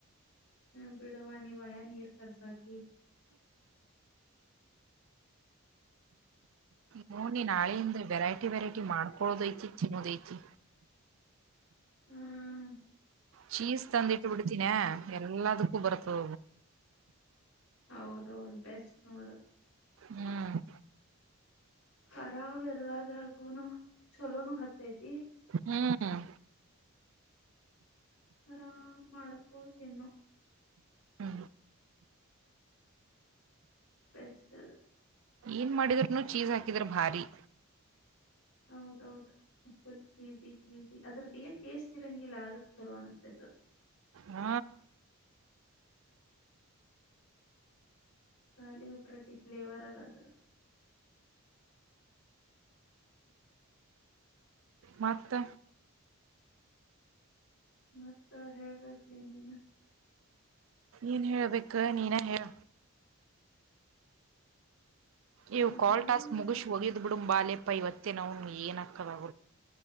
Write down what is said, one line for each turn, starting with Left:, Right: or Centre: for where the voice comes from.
Left: ನ ಬಿೀಡವ ನಿ ವಯ ನೀರ್ ತರಸಾತಿ
Right: ನೋನಿ ನಾಳೆಯಿಂದ ವೆರೈಟಿ ವೆರೈಟಿ ಮಾಡ್ಕೊಳೋದೈತಿ ತಿನ್ನೋದೈತಿ
Left: ಹ್ಮ್
Right: ಚೀಸ್ ತಂದಿಟ್ಟು ಬಿಡ್ತೀಿನ ಎಲ್ಲದಕ್ಕೂ ಬರತು
Left: ಹೌದೌದು ಬೆಸ್ಟ್ ನೋಡದು
Right: ಹ್ಮ್
Left: ಹರಾವ್ ಎಲ್ಲದ್ರಾಗುನು ಚಲೋನು ಹತ್ತೈತಿ
Right: ಹ್ಮ್
Left: ಆರಾಮ್ ಮಾಡ್ಕೋ ತಿನ್ನು
Right: ಹ್ಮ
Left: ಬೆಸ್ಟ್ ಅದ
Right: ಏನ್ ಮಾಡಿದ್ರೂನು ಚೀಸ್ ಹಾಕಿದ್ರ ಭಾರಿೀ
Left: ಹೌದೌದು ಫುಲ್ ಚೀಸಿ ಚೀಸಿ ಅದ್ರದ್ದ ಏನ್ ಟೇಸ್ಟ್ ಇರಂಗಿಲ್ಲ ಆದ್ರ ಚಲೋ ಅನಿಸ್ತೈತದದು
Right: ಹ್ಮ
Left: ಕಖಾಲಿ ಒಬ್ ಪರಟಿ ಫ್ಲೇವರ್ ಅರಾದ್ರ
Right: ಮತ್ತ
Left: ಮತ್ತ ಹೇಳಬೇಕಲಿ ನೀನು
Right: ಏನು ಹೇಳಬೇಕು ನೀನ ಹೇಳ ಇವು
Left: ನಾ
Right: ಕಾಲ್
Left: ಹೇಳೋದಿದ್ರ
Right: ಟಾಸ್ಕ್ ಮುಗಸ ಹೋಗಿದ್ ಬಿಡ ಬಾಾಲೆಪ್ಪ ಇವತ್ತೇ ನಾವ ಏನ್ ಹಾಕದ